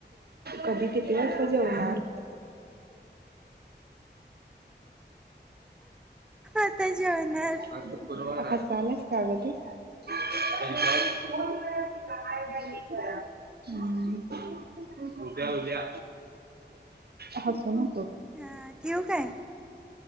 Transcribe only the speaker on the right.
कधी किती वाजता जेवणार?
आज शुक्रवार हाय. चाललेस काय गं तू? <unintelligible> <unintelligible> हम्म उद्या उद्या हासु न